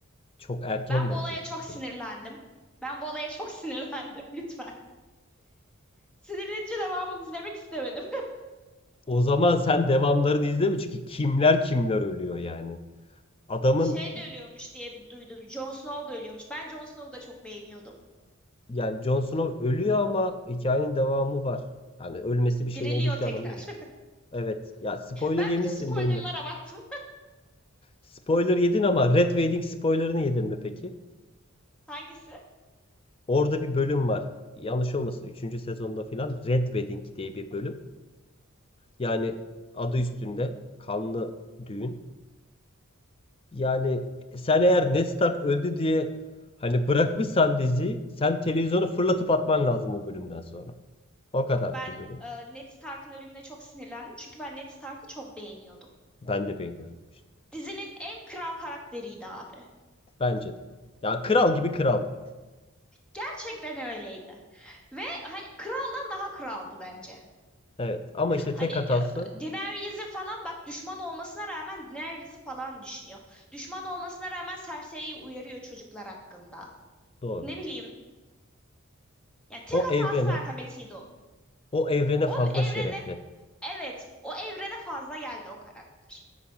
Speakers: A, on the left (about 25°); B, in the centre.
A: Çok erken
B: Ben
A: vazgeçmişsin
B: bu olaya çok sinirlendim.
A: ama.
B: Ben bu olaya çok <laughs> sinirlendim lütfen. Sinirlenince devamını izlemek istemedim.
A: O zaman sen devamlarını izleme çünkü kimler kimler ölüyor yani adamın
B: <laughs> Şey de ölüyormuş diye bir duydum. Jon Snow da ölüyormuş. Ben Jon Snow'u da çok beğeniyordum.
A: Yani Jon Snow ölüyor ama hikayenin devamı var. Yani ölmesi bir şeylerin
B: Diriliyor
A: bittiği
B: tekrar.
A: anlamına gelir.
B: <laughs>
A: Evet. Ya spoiler
B: Ben
A: yemişsin
B: bütün spoilerlara
A: belli.
B: baktım.
A: Spoiler yedin ama Red Wedding spoilerını yedin mi peki?
B: Hangisi?
A: Orada bir bölüm var. Yanlış olmasın üçüncü sezonda filan Red Wedding diye bir bölüm. Yani adı üstünde kanlı düğün. Yani sen eğer Ned Stark öldü diye hani bırakmışsan diziyi sen televizyonu fırlatıp atman lazım o bölümden sonra. O kadar
B: Yok ben
A: bir bölüm.
B: e, Ned Stark'ın ölümüne çok sinirlendim. Çünkü ben Ned Stark'ı çok beğeniyordum.
A: Ben de beğeniyorum. işte.
B: Dizinin en kral karakteriydi abi.
A: Bence de. Ya kral gibi kraldı.
B: Gerçekten öyleydi. Ve hani kraldan daha kraldı bence.
A: Evet ama
B: Hani
A: işte tek
B: e,
A: hatası
B: Daenerys'i falan bak düşman olmasına rağmen Daenerys'i falan düşünüyor. Düşman olmasına rağmen Cersei'yi uyarıyor çocuklar hakkında.
A: doğru.
B: Ne bileyim yani tek
A: O
B: hatası
A: evrene,
B: merhametiydi onun.
A: o evrene
B: Onun
A: fazla
B: evrene
A: şerefli.
B: evet o evrene fazla geldi o karakter.